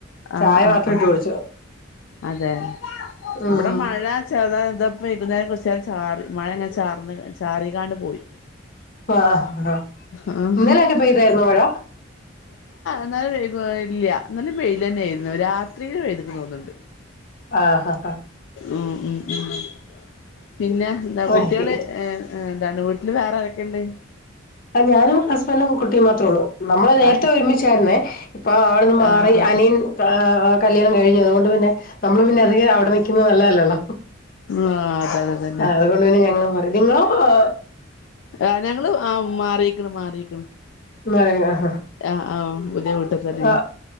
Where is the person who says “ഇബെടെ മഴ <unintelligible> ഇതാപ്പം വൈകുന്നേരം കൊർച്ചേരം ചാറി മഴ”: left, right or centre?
Left